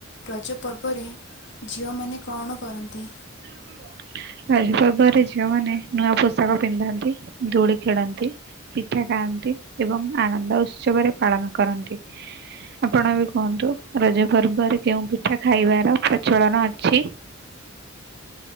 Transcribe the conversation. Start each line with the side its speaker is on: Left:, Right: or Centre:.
Left: ରଜ ପର୍ବରେ ଝିଅମାନେ କଣ କରନ୍ତି
Right: <inaudible> ରଜ ପର୍ବ ରେ ଝିଅ ମାନେ ନୂଆ ପୋଷାକ ପିନ୍ଧନ୍ତି, ଦୋଳି ଖେଳନ୍ତି। ପିଠା ଖାଆନ୍ତି ଏବଂ ଆନନ୍ଦ ଉତ୍ସବରେ ପାଳନ କରନ୍ତି। ଆପଣ ବି କୁହନ୍ତୁ ରଜ ପର୍ବରେ କେଉଁ ପିଠା ଖାଇବାର ପ୍ରଚଳନ ଅଛି।